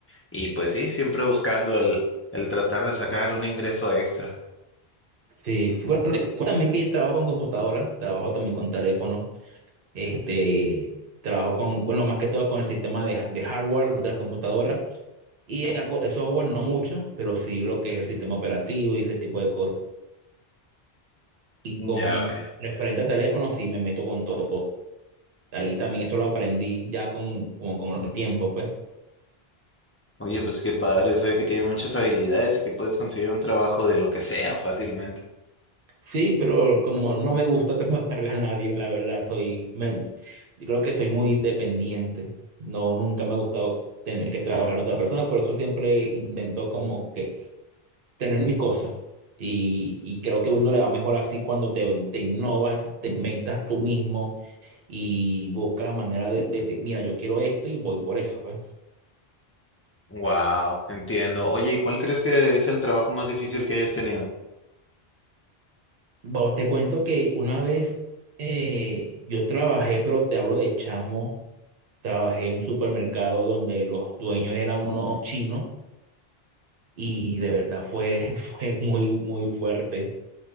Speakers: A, on the left; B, on the right.
A: Y pues sí, siempre buscando el, el tratar de sacar un ingreso extra.
B: Sí, sí, bueno, te cuento también que trabajo con computadora, trabajo también con teléfono, este, trabajo con, bueno, más que todo con el sistema de, de hardware de las computadoras y algo de software, no mucho, pero sí lo que es el sistema operativo y ese tipo de cosas. Y
A: Ya
B: con
A: veo.
B: referente a teléfono, sí me meto con todo. Ahí también eso lo aprendí ya con, como con el tiempo, pues.
A: Oye, pues qué padre, se ve que tienes muchas habilidades y que puedes conseguir un trabajo de lo que sea fácilmente.
B: Sí, pero como no me gusta <laughs> trabajarle a nadie, la verdad, soy, me- yo creo que soy muy dependiente. No, nunca me ha gustado tener que trabajar a otra persona, por eso siempre intento como que tener mis cosas. Y, y creo que uno le va mejor así cuando te, te innovas, te inventas tú mismo y buscas la manera de, de- de, mira, yo quiero esto y voy por eso, pues.
A: Wow, entiendo. Oye, ¿y cuál crees que es el trabajo más difícil que hayas tenido?
B: Bueno, te cuento que una vez eh, yo trabajé, pero te hablo de chamo. Trabajé en un supermercado donde los dueños eran unos chinos y
A: Ujú,
B: de verdad fue, <laughs> fue muy, muy fuerte.